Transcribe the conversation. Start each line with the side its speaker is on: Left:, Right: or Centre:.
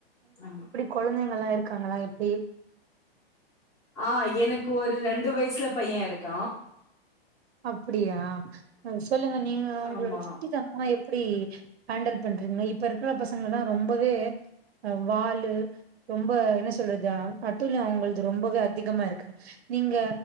Left: ஆ
Right: கொழந்தைங்கலா இருக்காங்களா எப்டி
Left: ஆ எனக்கு ஒரு ரெண்டு வயசுல பைய இருக்கா
Right: அப்படியா அ சொல்லுங்க நீங்களு அவங்களோட
Left: ஆமா
Right: சுட்டி தனமா எப் படி ஹேண்டல் பண்றிங்க இப்ப இருக்கற பசங்கல்லா ரொம்பவே அ வாலு ரொம்ப என்ன சொல்றது அட்டூலியோ அவுங்கள்து ரொம்பவே அதிகமா இருக்கு நீங்க